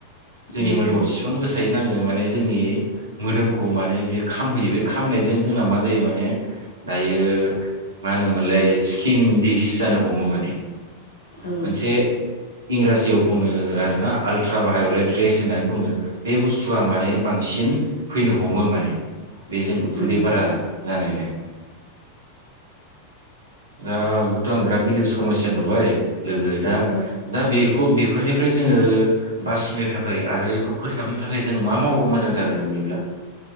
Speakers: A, on the right (about 70°); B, on the left (about 60°).
A: जोंनि
B: जों
A: मोदोमाव जसेबां गोसा यै नाङो माने जोंनि मोदोमखौ माने बे खामहोयो। बे खामनायजों जोंना मा जायो माने दायो मा होनोमोनलाय स्किन डिजिस जानो हमो माने
B: औ
A: मोनसे इंराजियाव बुङो आरोना आलट्रा बायावलेद रेस होननानै बुङो बे बुस्थुआ माने बांसि बांसिन फैनो हमो माने बेजों उखुन्दै
B: उम
A: बारा जानायनो दा बेखौथ' आं बिराद गिदिर समयस्या नुबाय लोगो दा
B: औ
A: दा बेखौ बेफोरनिफ्राय जोङो बासिनो थाखाय आरो बेखौ फोसाबनो थाखाय जों मा मावोबा मोजां जागोन नोंनिब्ला? <inaudible>